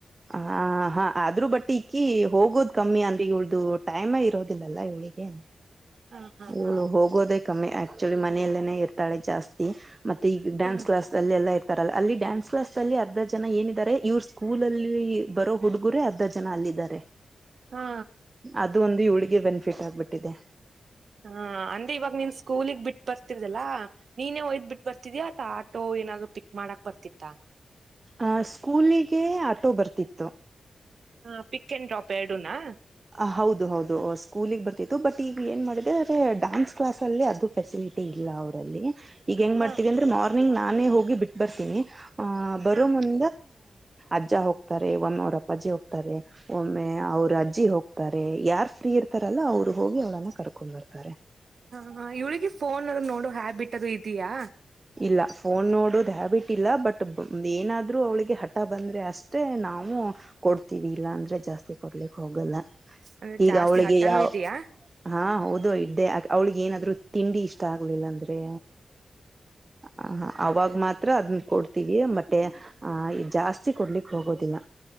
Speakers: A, on the right; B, on the right.
A: ಹ ಹಾ ಆದ್ರೂ ಬಟ್ಟಿ ಇಕ್ಕಿ ಹೋಗೋದು ಕಮ್ಮಿ ಅಂದ್ರಿ ಇವಳ್ದು ಟೈಮೇ ಇರೋದಿಲಲ್ಲ ಇವಳಿಗೆ.
B: ಹಾ ಹಾ
A: ಇವಳು
B: ಹಾ
A: ಹೋಗೋದೇ ಕಮ್ಮಿ ಆಕ್ಚುಲಿ ಮನೆಯಲ್ಲೇನೆ ಇರ್ತಾಳೆ ಜಾಸ್ತಿ ಮತ್ತೆ ಈಗ ಡ್ಯಾನ್ಸ್
B: ಹ್ಮ
A: ಕ್ಲಾಸ್. ಅಲ್ಲಿ ಎಲ್ಲಾ ಇರ್ತಾರಲ್ಲ ಅಲ್ಲಿ ಡ್ಯಾನ್ಸ್ ಕ್ಲಾಸ್ ಅಲ್ಲಿ ಅರ್ಧ ಜನ ಏನಿದ್ದಾರೆ ಇವ್ರ ಸ್ಕೂಲ್ ಅಲ್ಲಿ ಬರೋ ಹುಡುಗುರೇ ಅರ್ಧ ಜನ ಅಲ್ಲಿದ್ದಾರೆ
B: ಹಾ
A: ಅದು ಒಂದು ಇವಳಿಗೆ ಬೆನಿಫಿಟ್ ಆಗ್ಬಿಟ್ಟಿದೆ.
B: ಹಾ ಅಂದ್ರೆ ಇವಾಗ ನಿನ್ ಸ್ಕೂಲಿಗ್ ಬಿಟ್ಟು ಬರ್ತಿರ್ದಲ್ಲಾ. ನೀನೇ ಒಯದ್ಬ್ ಬಿಟ್ಟು ಬರ್ತಿದ್ಯಾ ಆತ ಆಟೋ ಏನಾದ್ರು ಪಿಕ್ ಮಾಡಕ್ ಬರ್ತಿತ್ತಾ.
A: ಆ ಸ್ಕೂಲಿಗೆ ಆಟೋ ಬರ್ತಿತ್ತು.
B: ಹ ಪಿಕ್ ಅಂಡ್ ಡ್ರಾಪ್ ಎರಡುನಾ.
A: ಆ ಹೌದು ಹೌದು ಸ್ಕೂಲಿಗ್ ಬರ್ತಿತ್ತು ಬಟ್ ಈಗ ಏನ್ ಮಾಡಿದೆ ಆದ್ರೆ ಡಾನ್ಸ್ ಕ್ಲಾಸ್ ಅಲ್ಲಿ ಅದು, ಫೆಸಿಲಿಟಿ ಇಲ್ಲ ಅವರಲ್ಲಿ, ಈಗ ಹೆಂಗ್ ಮಾಡ್ತೀವಿ
B: ಹಾ
A: ಅಂದ್ರೆ ಮಾರ್ನಿಂಗ್ ನಾನೇ ಹೋಗಿ ಬಿಟ್ಟು ಬರ್ತೀನಿ ಆಹ್ ಬರೋ
B: ಹಾ
A: ಮುಂ ಅಜ್ಜ ಹೋಗ್ತಾರೆ ಒಮ್ಮೆ ಅವರು ಅಪ್ಪಾಜ್ಜಿ ಹೋಗ್ತಾರೆ ಒಮ್ಮೆ ಅವರು ಅಜ್ಜಿ ಹೋಗ್ತಾರೆ. ತಾರೆ ಯಾರ್ ಫ್ರೀ ಇರ್ತಾರಲ್ಲ ಅವರು ಹೋಗಿ ಅವಳನ್ನ ಕರ್ಕೊಂಡ್ ಬರ್ತಾರೆ.
B: ಹಾ ಹ ಇವಳಿಗೆ ಫೋನ್ ಎಲ್ಲಾ ನೋಡ ಹ್ಯಾಬಿಟ್ ಅದು ಇದೆಯಾ.
A: ಇಲ್ಲ ಫೋನ್ ನೋಡೋದು ಹ್ಯಾಬಿಟ್ ಇಲ್ಲ ಬಟ್ ಏನಾದರೂ ಅವಳಿಗೆ ಹಠ ಬಂದರೆ ಅಷ್ಟೇ ನಾವು, ಕೊಡ್ತೀವಿ ಇಲ್ಲಾ ಅಂದ್ರೆ ಜಾಸ್ತಿ ಕೊಡ್ಲಿಕ್ ಹೋಗಲ್ಲ
B: ಅಂದ್ರೆ
A: ಈಗ
B: ಜಾಸ್ತಿ
A: ಅವಳಿಗೆ
B: ಹಠನೂ
A: ಯಾವ
B: ಇದೆಯಾ
A: ಹಾ ಹೌದು ಇದ್ದೆ ಅವ್ಳಿಗೆ ಏನಾದ್ರು ತಿಂಡಿ ಇಷ್ಟ ಆಗೋದಿಲ್ಲ ಅಂದ್ರೆ. ಹ ಹ ಅವಾಗ ಮಾತ್ರ ಅದನ್ನು ಕೊಡ್ತೀವಿ ಮಟ್ಟೆ ಆ ಇ ಜಾಸ್ತಿ ಕೊಡ್ಲಿಕ್ ಹೋಗೋದಿಲ್ಲ.